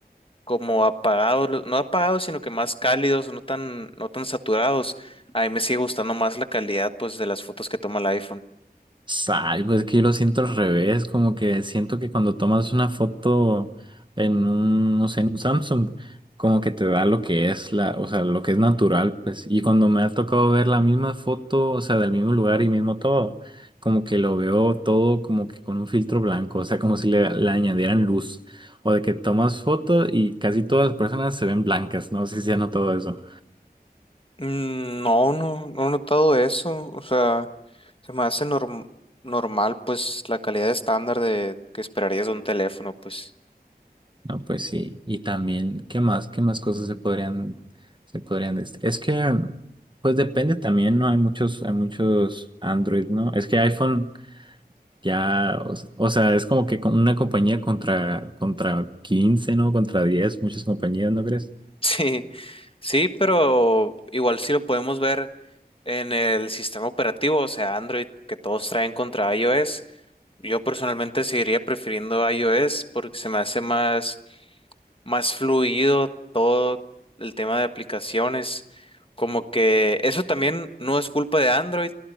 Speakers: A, on the left; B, on the right.
A: como apagado, lo- no apagados, sino que más cálidos, no tan, no tan saturados. A mí me sigue gustando más la calidad, pues, de las fotos que toma el iPhone.
B: Ay, pues que yo lo siento al revés, como que siento que cuando tomas una foto en un, no sé, en un Samsung, como que te da lo que es la, o sea, lo que es natural, pues, y cuando me ha tocado ver la misma foto, o sea, del mismo lugar y mismo todo, como que lo veo todo como que con un filtro blanco, o sea, como si le, le añadieran luz, o de que tomas foto y casi todas las personas se ven blancas, no No sé si has notado eso.
A: Mm, No, no, no he notado eso. O sea, se me hace norm- normal, pues, la calidad estándar de que esperarías de un teléfono, pues. <laughs>
B: No, pues sí. Y también, ¿qué más? ¿Qué más cosas se podrían, se podrían dest- Es que, pues depende también, ¿no? Hay muchos, hay muchos Android, ¿no? Es que iPhone ya, o, s- o sea, es como que con- una compañía contra, contra quince ¿no? Contra 10 muchas compañías, ¿no crees?
A: Sí, sí, pero igual sí lo podemos ver en el sistema operativo, o sea, Android, que todos traen contra iOS. Yo personalmente seguiría prefiriendo iOS porque se me hace más más fluido todo el tema de aplicaciones. Como que eso también no es culpa de Android,